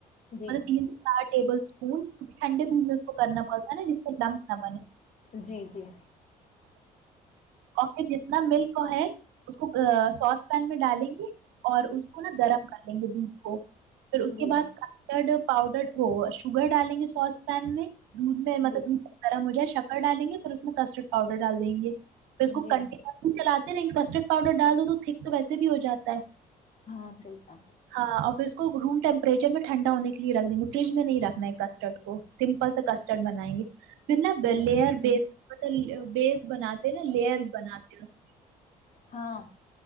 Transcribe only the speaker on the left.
جی
جی جی
جی
جی
جی
ہاں صی تھا
ہوں
ہاں